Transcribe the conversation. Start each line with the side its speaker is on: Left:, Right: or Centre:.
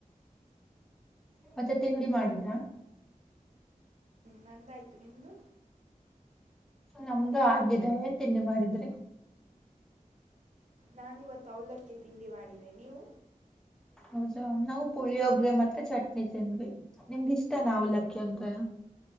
Centre: ಮತ್ತೆ ತಿಂಡಿ ಮಾಡಿದ್ರಾ
Right: ನಂದು ಆಯಿತು ನಿಂದು
Centre: ನಮ್ದು ಆಗಿದೆ ಎನ್ ತಿಂಡಿ ಮಾಡಿದ್ರಿ
Right: ನಾನು ಇವತ್ತು ಅವಲಕ್ಕಿ ತಿಂಡಿ ಮಾಡಿದೆ ನೀವು
Centre: ಹೌದಾ ನಾವು ಪುಳಿಯೋಗರೆ ಮತ್ತೆ ಚಟ್ನಿ ತಿಂದವಿ ನಿಮಗ ಇಷ್ಟ ನಾ ಅವಲಕ್ಕಿ ಅಂದ್ರೆ